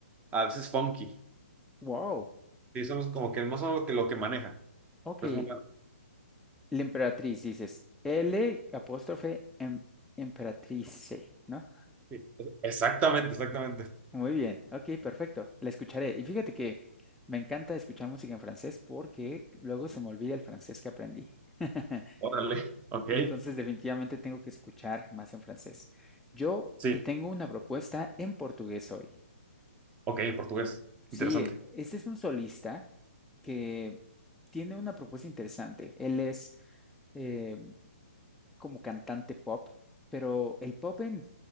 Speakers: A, on the right; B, in the centre.
A: a veces funky.
B: Wow.
A: Sí, somos como que más o menos lo que, lo que maneja.
B: Ok,
A: Pero es muy bueno.
B: la emperatriz, dices. L apóstrofe em- emperatrice, ¿no?
A: Sí. Exactamente, exactamente.
B: Muy bien, ok, perfecto. La escucharé. Y fíjate que me encanta escuchar música en francés porque luego se me olvida el francés que aprendí. <laughs>
A: Órale, ok.
B: Entonces, definitivamente tengo que escuchar más en francés. Yo
A: Sí,
B: te tengo una propuesta en portugués hoy.
A: ok, en portugués.
B: Sí,
A: Interesante.
B: e- este es un solista que tiene una propuesta interesante. Él es eh, como cantante pop, pero el pop en